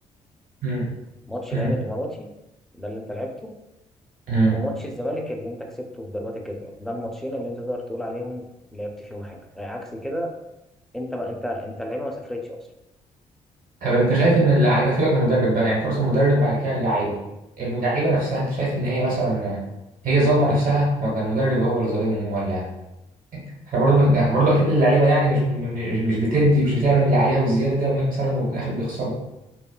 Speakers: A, on the right; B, in the centre.
A: امم
B: ماتش العين
A: امم
B: الاماراتي ده اللي انت لعبته
A: امم
B: وماتش الزمالك اللي انت كسبته بضربات الجزاء ده الماتشين اللي انت تقدر تقول عليهم لعبت فيهم حاجه يعني عكس كده انت ما انت انت اللعيبه ما سافرتش اصلا
A: طب انت شايف ان اللعيبه سيبك من المدرب بقى يعني تقصد المدرب بعد كده اللعيبه اللعيبه نفسها انت شايف ان هي مثلا هي ظالمه نفسها ولا المدرب هو اللي ظالمهم ولا احنا برضو بن- احنا برضو اكيد اللعيبه يعني مش مش مش بتدي مش بتعمل اللي عليها والزياده مثلا وفي الاخر بيخسروا